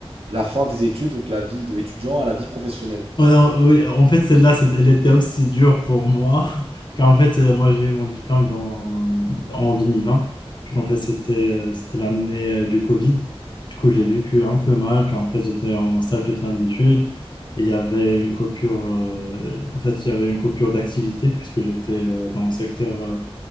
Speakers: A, on the right; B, on the left.
A: la fin des études, donc la vie d'étudiant, à la vie professionnelle.
B: Ouais, en- oui, en fait, celle-là, c'est- elle était aussi dure pour moi, <laughs> car en fait, euh, moi, j'ai eu mon diplôme dans, en 2020. Du coup, en fait, c'était euh, c'était l'année euh, du Covid. Du coup, j'ai vécu un peu mal, car en fait, j'étais en stage de fin d'études. Et il y avait une coupure, euh, en fait, il y avait une coupure d'activité, puisque j'étais euh, dans le secteur, euh,